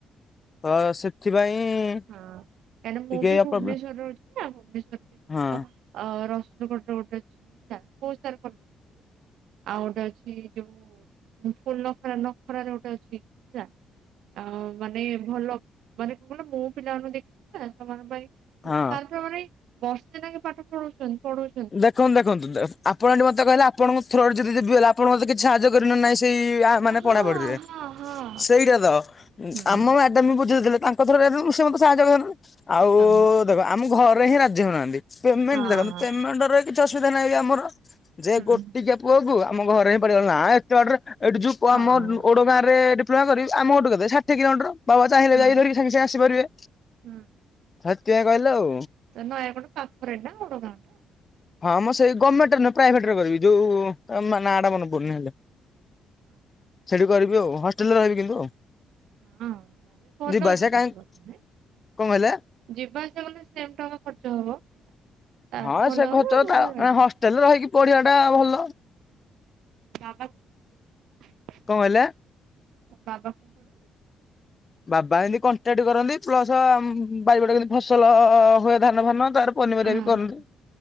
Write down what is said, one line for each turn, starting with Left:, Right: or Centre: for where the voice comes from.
Left: ତ ସେଥିପାଇଁ
Right: ହଁ କାହିଁକିନା ମୁଁ
Left: ଟିକେ
Right: ବି ଭୁବନେଶ୍ଵରରେ
Left: ପ୍ରୋବ୍ଲେମ
Right: ରହୁଛି ନା, ଭୁବନେଶ୍ଵରରେ <unintelligible>
Left: ହଁ
Right: ଅ ରସୁଲଗଡରେ ଗୋଟେ ଅଛି ନା ବହୁତ୍ ସାରା କଲେଜ୍ ଆଉ ଗୋଟେ ଅଛି ଯୋଉ ଫୁଲ୍ ନଖରା ନଖରାରେ ଗୋଟେ ଅଛି ହେଲା। ଆଉ ମାନେ ଭଲ ମାନେ କନା ମୁଁ ପିଲାମାନଙ୍କୁ ଦେଖିଛି ନା ସେମାନଙ୍କ ପାଇଁ
Left: ହଁ
Right: ସାର୍ ପୁରା ମାନେ ବର୍ଷେ ଲାଗେ ପାଠ ପଢଉଛନ୍ତି ପଢଉ
Left: ଦେଖନ୍ତୁ-ଦେଖନ୍ତୁ ଆପଣ ଏଠି ମୋତେ କହିଲେ ଆପଣଙ୍କ ଥ୍ରୋରେ ଯଦି ଯିବି ଗଲେ ଆପଣ ମତେ କିଛି ସାହାଯ୍ୟ କରିବେ ନା ନାଇଁ? ଏମତି ଆ ମାନେ
Right: ହଁ
Left: ପଢାପଢିରେ
Right: ହଁ ହଁ।
Left: ସେଇଟା ତ
Right: ହୁଁ।
Left: ଆମ ମ୍ୟା ଡ଼ାମ୍ ବୁଝିଦେଇଥିଲେ ତାଙ୍କ ଥ୍ରୋ ରେ ସେ ମୋତେ ସାହାଯ୍ୟ କରିଥାନ୍ତେ, ଆଉ
Right: ହଁ।
Left: ଦେଖ ଆମ ଘରେ ହିଁ ରାଜି ହଉନାହାନ୍ତି। ପେମେଣ୍ଟ
Right: ହଁ।
Left: ଦେଖନ୍ତୁ ପେମେଣ୍ଟର କିଛି ଅସୁବିଧା ନାହିଁ ଆମର ଯେ
Right: ହୁଁ
Left: ଗୋଟିକିଆ ପୁଅକୁ ଆମ ଘରେ ହିଁ ପାଟିକଲେ ନା ଏତେ ବାଟରେ ଏଠି ଯୋଉ
Right: ହଁ।
Left: ଆମ ଓଡଗାଁରେ <unintelligible> କରି ଆମ ଘରଠୁ କେତେ ଷାଠୀଏ କିଲୋମଟର ବାବା ଚାହିଁଲେ
Right: ହୁଁ
Left: ଯାଇକି ଧରିକି ସାଙ୍ଗେ-ସାଙ୍ଗେ ଆସିପାରିବେ,
Right: ହୁଁ
Left: ସେଥିପାଇଁ କହିଲେ ଆଉ।
Right: ତ ନୟାଗଡ଼ ପାଖରେ ଏଇଟା ଓଡ଼ଗାଁ ଟା।
Left: ହଁ ମୁଁ ସେଇ ଗମେଟ ରେ ନୁହଁ ପ୍ରଇଭେଟରେ କରିବି, ଯୋଉ ନା ଟା ମନେପଡୁନି ହେଲେ।
Right: ଓହୋ <inaudible>
Left: ସେଠିି କରିବି ଆଉ, ହଷ୍ଟେଲରେ ରହିବି କିନ୍ତୁ ଆଉ।
Right: ହଁ ଭଲ
Left: ଯିବା
Right: ଅଛି
Left: ଆସିବା
Right: କିଛି
Left: କାହିଁ
Right: କଥା ନାଇଁ।
Left: କଣ କହିଲେ?
Right: ଯିବା ଆସିବା କଲେ ସେମ୍ ଟଙ୍କା ଖର୍ଚ୍ଚ ହବ? ତାଠୁ
Left: ହଁ
Right: ଭଲ
Left: ସେ ଖର୍ଚ୍ଚ ହବ
Right: ରୁମରେ ରହିଯିବା।
Left: ତା ହଷ୍ଟେଲରେ ରହିକି ପଢିବା ଟା ଭଲ।
Right: ବାବା <unintelligible>
Left: କଣ ହେଲା?
Right: ବାବା କଣ କରନ୍ତି <inaudible>
Left: ବାବା ଏମିତି କଣ୍ଟ୍ରାକ୍ଟ କରନ୍ତି ପ୍ଲସ ବାରିପଟ କେମିତି ଫସଲ ହୁଏ ଧାନ ଫାନ ତାରେ ପନିପରିବା
Right: ଆହା
Left: ବି କରନ୍ତି।